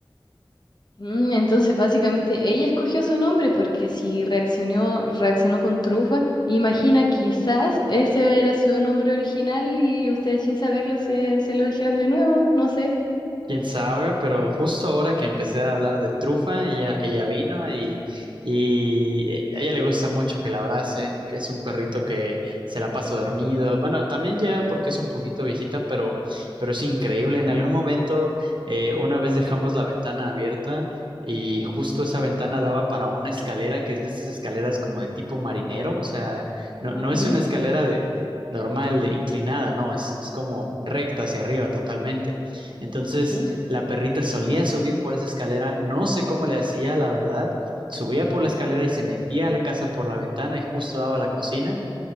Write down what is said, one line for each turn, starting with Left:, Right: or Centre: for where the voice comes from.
Left: Mm, Entonces, básicamente, ella escogió su nombre porque si reaccionó, reaccionó con trufa, imagina, quizás ese era su nombre original y ustedes sin saberlo se, se lo dijeron de nuevo, no sé.
Right: Quién sabe, pero justo ahora que empecé a hablar de trufa, ella, ella vino y, y a ella le gusta mucho que la abracen, que es un perrito que se la pasa dormido. Bueno, también ya porque es un poquito viejita, pero, pero es increíble. En algún momento, eh, una vez dejamos la ventana abierta y justo esa ventana daba para una escalera que es de esas escaleras como de tipo marinero, o sea, no,
Left: Ujú,
Right: no es una escalera de normal, de inclinada, no, es, es como recta hacia arriba totalmente. Entonces,
Left: Sí.
Right: la perrita solía subir por esa escalera, no sé cómo le hacía, la verdad. Subía por la escalera y se metía a la casa por la ventana y justo daba a la cocina.